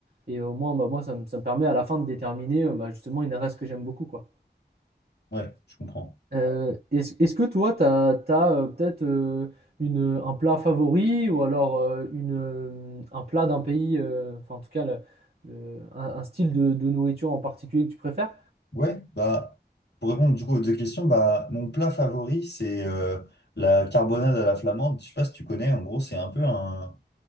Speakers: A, on the right; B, on the left.
A: Et au moins, bah, moi, ça me, ça me permet à la fin de déterminer euh, bah, justement une adresse que j'aime beaucoup, quoi.
B: Ouais, je comprends.
A: Euh, est-ce, est-ce que toi, tu as, peut-être euh, une, un plat favori ou alors euh, une, euh, un plat d'un pays, euh, enfin en tout cas le- le- un, un style de, de nourriture en particulier que tu préfères?
B: Ouais, bah, pour répondre du coup aux deux questions, bah, mon plat favori, c'est euh, la carbonade à la flamande. Je sais pas si tu connais, en gros, c'est un peu un,